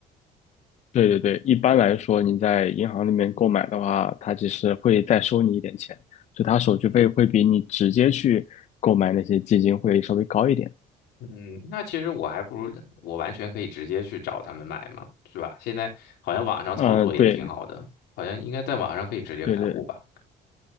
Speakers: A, on the left; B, on the left.
A: 对对对，一般来说，你在银行里面购买的话，它其实会再收你一点钱，所以它手续费会比你直接去购买那些基金会稍微高一点。
B: 嗯，那其实我还不如我完全可以直接去找他们买嘛，是吧？现在好像网上操作也挺好的，
A: 嗯、对
B: 好像应该在网上可以直接开户吧？
A: 对对，